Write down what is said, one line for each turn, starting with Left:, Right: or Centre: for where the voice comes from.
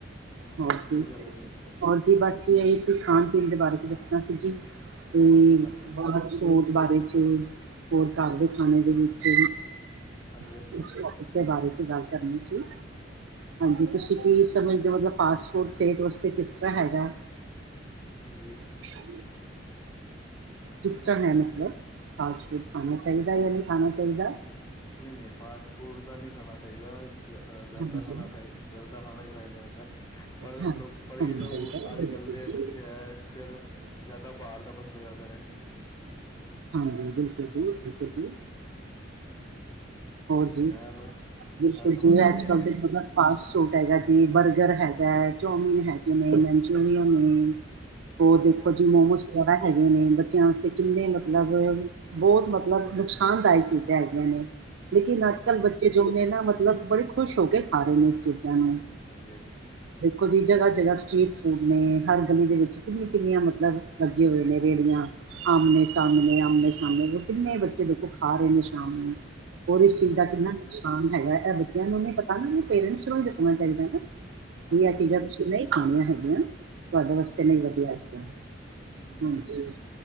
Right: ਹੋਰ ਕੀ
Left: ਕਰ ਰਹੇ ਸੀ?
Right: ਹੋਰ ਜੀ, ਬਸ ਜੀ ਐ ਇੱਕ ਖਾਨ ਪੀਨ ਦੇ ਬਾਰੇ 'ਚ ਦੱਸਨਾਂ ਸੀ ਜੀ ਤੇ
Left: ਹਾਂਜੀ,
Right: ਬਸ <unintelligible> ਬਾਰੇ 'ਚ, ਹੋਰ ਘਰ ਦੇ ਖਾਨੇ ਦੇ ਵਿੱਚ
Left: ਹਾਂਜੀ-ਹਾਂਜੀ,
Right: ਇਸ, ਇਸ ਟੋਪਿਕ ਦੇ ਬਾਰੇ 'ਚ ਗੱਲ ਕਰਨੀ ਸੀ। ਹਾਂਜੀ ਤੁਸੀਂ ਕੀ ਸਮਝਦੇ, ਮਤਲਬ ਫਾਸਟ ਫੂਡ ਸਿਹਤ ਵਾਸਤੇ ਕਿਸ ਤਰ੍ਹਾਂ ਹੈਗਾ?
Left: ਹਾਂਜੀ।
Right: <inaudible> ਕਿਸ ਤਰਾਂ ਹੈ ਮਤਲਬ, ਫਾਸਟ ਫੂਡ ਖਾਨਾ ਚਾਹੀਦਾ ਯਾ ਨਹੀਂ ਖਾਨਾ ਚਾਹੀਦਾ?
Left: ਨਈ-ਨਈ, ਫਾਸਟ ਫੂਡ ਤਾਂ ਨਹੀਂ ਖਾਨਾ ਚਾਹੀਦਾ, ਅ ਘਰ
Right: ਹਾਂਜੀ
Left: ਦਾ ਖਾਣਾ ਖਾਏ ਘਰ ਦਾ ਖਾਣਾ ਈ ਖਾਈ ਚਾਇਦਾ, ਪਰ
Right: ਹਾਂ ਖਾਣਾ
Left: ਲੋਕ ਪਰ ਏ ਜੋ
Right: ਚਾਹੀਦਾ
Left: ਅੱਜ
Right: ਬਿਲਕੁਲ
Left: ਕੱਲ ਦੇ
Right: ਜੀ
Left: ਬਚ ਚ ਫਿਰ ਜ਼ਿਆਦਾ ਬਾਰ ਦਾ ਪਸੰਦ ਕਰਦੇ ਨੇ।
Right: ਹਾਂਜੀ ਬਿਲਕੁਲ ਜੀ, ਬਿਲਕੁਲ ਜੀ। ਹੋਰ ਜੀ,
Left: ਐ ਬਸ
Right: ਬਿਲਕੁਲ
Left: ਐ ਸਮਝਦੇ
Right: ਜੀ, ਅੱਜ-ਕੱਲ
Left: ਨੀ ਹੈਗੇ,
Right: ਦੇ ਮਤਲਬ ਫਾਸਟ ਫੂਡ ਹੈਗਾ ਜੀ, ਬਰਗਰ ਹੈਗਾ ਐ, ਚੋਮੀਿਨ ਹੈਗੇ ਨੇ, ਮਨਚੂਰੀਅਨ ਨੇ। ਔਰ
Left: ਹਾਂਜੀ-ਹਾਂਜੀ
Right: ਦੇਖੋ ਜੀ ਮੋਮੋਸ ਵਗੈਰਾ ਹੈਗੇ ਨੇ, ਬੱਚਿਆਂ ਵਾਸਤੇ ਕਿੰਨੇ ਮਤਲਬ ਬੋਤ ਮਤਲਬ ਨੁਕਸਾਨਦਾਇਕ ਚੀਜ਼ਾਂ ਹੈਗੀਆਂ ਨੇ ਲੇਕਿਨ
Left: ਉਹ
Right: ਅੱਜ-ਕੱਲ
Left: ਪਤਾ
Right: ਬੱਚੇ ਜੋ ਨੇ ਨਾ, ਮਤਲਬ ਬੜੇ ਖੁਸ਼ ਹੋ ਕੇ ਖਾ ਰਹੇ ਨੇ ਇਸ ਚੀਜ਼ਾਂ ਨੂੰ।
Left: ਹਾਂਜੀ-ਹਾਂਜੀ।
Right: ਦੇਖੋ ਜੀ ਜਗ੍ਹਾ ਜਗ੍ਹਾ ਸਰੀਟ ਫੂਡ ਨੇ, ਹਰ ਗਲੀ ਦੇ ਵਿੱਚ ਕਿੰਨੀ-ਕਿੰਨੀਆਂ ਮਤਲਬ ਲੱਗੇ ਹੋਏ ਨੇ ਰੇਡੀਆਂ। ਆਮਨੇ ਸਾਮਨੇ, ਆਮਨੇ-ਸਾਮਨੇ ਕਿੰਨੇ ਬੱਚੇ ਦੇਖੋ ਖਾ ਰਹੇ ਨੇ ਸ਼ਾਮ ਨੂੰ, ਹੋਰ ਇਸ ਚੀਜ਼
Left: ਹਾਂਜੀ-ਹਾਂਜੀ,
Right: ਦਾ ਕਿੰਨਾ ਨੁਕ ਨੁਕਸਾਨ ਹੈਗਾ ਐ ਬੱਚਿਆਂ ਨੂੰ ਨੀ ਪਤਾ ਨਾ, ਪੇਰੈਂਟਸ ਨੂੰ ਹੀ ਦੱਸਣਾ ਚਾਹੀਦਾ ਨਾ
Left: ਹਾਂਜੀ-ਹਾਂਜੀ,
Right: ਵੀ ਇਹ ਚੀਜ਼ਾਂ ਤੁਸੀਂ ਨਈ ਖਾਨੀਆਂ ਹੈਗੀਆਂ, ਤੁਆਡੇ ਵਾਸਤੇ
Left: ਹਾਂਜੀ,
Right: ਨਈ ਵਧੀਆ ਹੈਗੀਆਂ,
Left: ਹੂੰ-ਹੂੰ।
Right: ਹਾਂਜੀ,